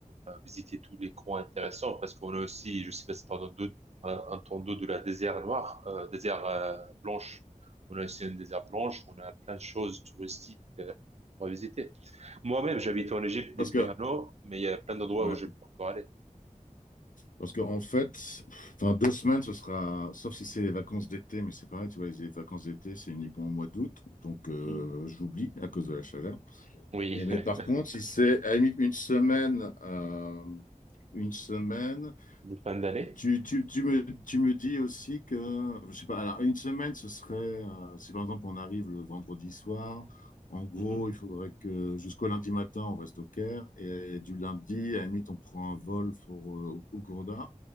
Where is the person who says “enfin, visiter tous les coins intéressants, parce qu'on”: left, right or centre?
Right